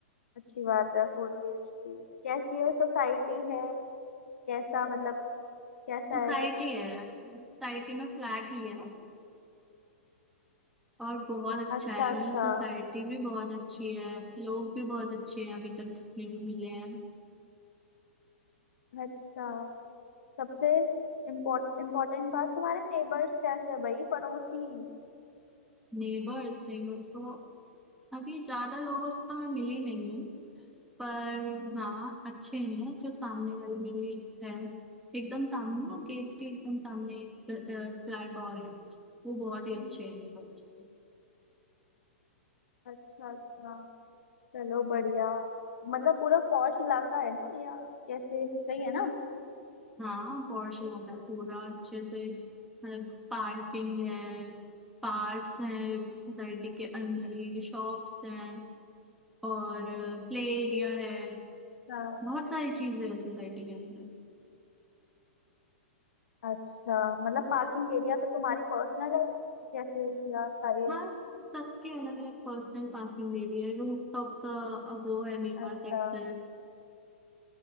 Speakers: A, on the left; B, in the centre.
A: अच्छी बात है फोर बीएचके कैसी है सोसाइटी है कैसा मतलब कैसा
B: सोसाइटी
A: है कुछ
B: है सोसाइटी में फ्लैट ही है और बहुत अच्छा
A: अच्छा
B: है
A: अच्छा
B: मतलब सोसाइटी भी बहुत अच्छी है लोग भी बहुत अच्छे हैं अभी तक जितने भी मिले हैं
A: अच्छा सबसे इम्पोर्ट इम्पोर्टेंट बात तुम्हारे नेबर्स कैसे है भाई पड़ोसी
B: नेबर्स नेबर्स तो अभी ज्यादा लोगों से तो मैं मिली नहीं हूँ पर हाँ अच्छे हैं
A: हम्म,
B: जो सामने वाले मेरे है एकदम सामने वो गेट के एकदम सामने फ्लैट और है वो बहुत ही
A: हम्म,
B: अच्छे हैं नेबर्स
A: अच्छा अच्छा चलो बढ़िया मतलब पूरा पॉश इलाका है ना या कैसे सही है ना
B: हाँ पॉश इलाका है पूरा अच्छे से मतलब पार्किंग है पार्क्स हैं सोसाइटी के अंदर ही शॉप्स हैं और प्ले एरिया है
A: अच्छा
B: बहुत सारी चीजें है सोसाइटी के अंदर
A: अच्छा मतलब पार्किंग एरिया तो तुम्हारी पर्सनल है या कैसे या सारी है
B: हाँ सबके अलग अलग पर्सनल पार्किंग एरिया है रूफ टॉप का अ, वो है मेरे पास
A: अच्छा
B: एक्सेस